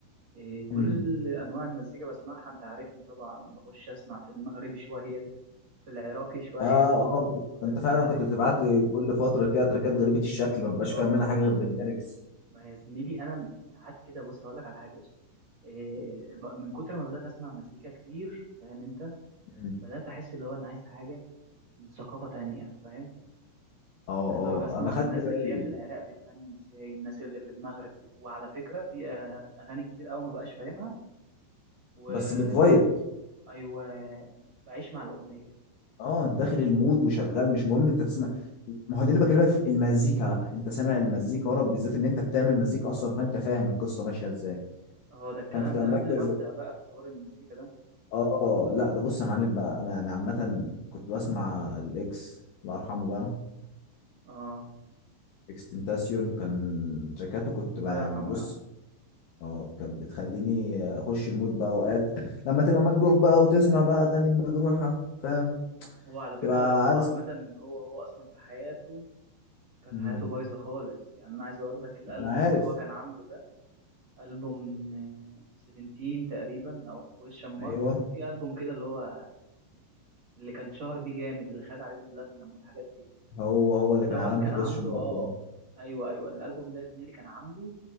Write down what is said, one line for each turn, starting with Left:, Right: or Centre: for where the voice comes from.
Right: إيه، كل
Left: امم
Right: انواع المزيكا بسمعها انت عارفني طبعا بخش اسمع في المغربي شويه في العراقي شويه
Left: اه اه
Right: في
Left: انت
Right: مش
Left: فعلا
Right: عارف
Left: كنت بتبعت
Right: ايه
Left: لي كل فتره كده تراكات غريبه الشكل ما ببقاش
Right: اه
Left: فاهم منها حاجه غير بالليركس
Right: ما يا زميلي انا ساعات كده بص اقول لك على حاجه بس. إيه، ب- من كتر ما بدات اسمع مزيكا كتير فاهم انت
Left: أمم.
Right: بدات احس اللي هو انا عايز حاجه من ثقافه تانية فاهم
Left: اه اه
Right: عايز اروح اسمع
Left: انا خدت
Right: الناس
Left: بالي
Right: اللي هي في العراق بتغني ازاي الناس اللي في المغرب وعلى فكره في آه، اغاني كتير قوي ما بقاش فاهمها ويعني
Left: بس بتفايب
Right: ايوه بعيش مع الاغنيه
Left: اه انت داخل المود وشغال مش مهم انت تسمع ما هو ده اللي بكلمك فيه المزيكا بقى انت سامع المزيكا ورا بالذات ان انت بتعمل مزيكا اصلا فانت فاهم القصه ماشيه ازاي
Right: هو ده الكلام
Left: فانت تبقى
Right: ده
Left: مركز
Right: قبل ما ابدا بقى في حوار المزيكا ده
Left: اه لا ده بص يا معلم بقى انا انا عامه كنت بسمع الاكس الله يرحمه بقى
Right: اه
Left: اكستنتاسيون كان تراكاته كنت
Right: الله
Left: بقى يعني
Right: يرحمه
Left: بص
Right: يا عم
Left: اه كانت بتخليني اخش المود بقى اوقات لما تبقى مجروح بقى وتسمع بقى اغاني مجروحه فاهم
Right: هو على فكره
Left: تبقى
Right: هو
Left: عايز
Right: عامه هو هو اصلا في حياته كانت
Left: امم
Right: حياته بايظه خالص يعني انا عايز اقول لك الالبوم
Left: انا عارف
Right: اللي هو كان عامله ده البوم آه، 17 تقريبا او كويشن مارك
Left: ايوه
Right: كان في البوم كده اللي هو اللي كان شهر بيه جامد اللي خد عليه البلاتنم والحاجات دي
Left: هو هو اللي
Right: دوت
Left: كان علامته
Right: كان
Left: كويشن
Right: عامله اه
Left: مارك ايه
Right: ايوه ايوه الالبوم ده يا زميلي كان عامله